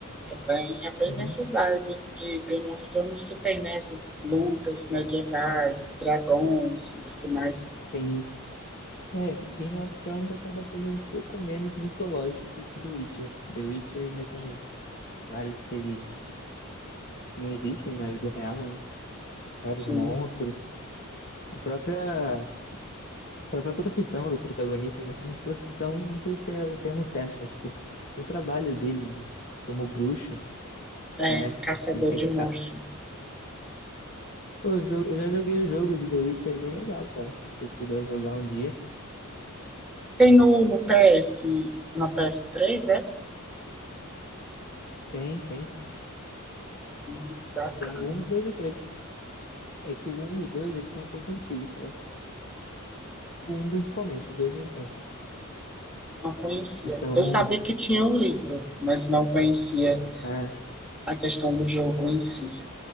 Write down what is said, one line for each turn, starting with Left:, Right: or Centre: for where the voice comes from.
Centre: também é bem
Left: Uhum,
Centre: nessa vibe de Game of Thrones que tem nessas lutas medievais, dragões e tudo mais.
Left: sim. É, Game of Thrones acaba sendo um pouco menos mitológico que The Witcher. The Witcher ainda tem vários seres que não existem na vida real, né? Vários
Centre: Sim,
Left: monstros. A própria, a própria profissão do protagonista, né? Hum, Profissão, não sei se é o termo certo, mas tipo, o trabalho dele de, como bruxo,
Centre: é
Left: né?
Centre: caçador
Left: Ele tem
Centre: de
Left: que
Centre: monstros.
Left: estar. Pô, eu jo- eu já joguei o jogo de The Witcher, é bem legal, cara. Se puder jogar um dia.
Centre: Tem no, no PS, no PS3, é?
Left: Tem, tem.
Centre: Hum, Bacana.
Left: Tem o 1, 2 e o 3. É que o um e o dois eles são um pouco antigos, sabe? O um principalmente, o 2 nem tanto.
Centre: Não conhecia.
Left: Então,
Centre: Eu sabia que tinha um livro, mas não conhecia
Left: é,
Centre: a questão do jogo em si.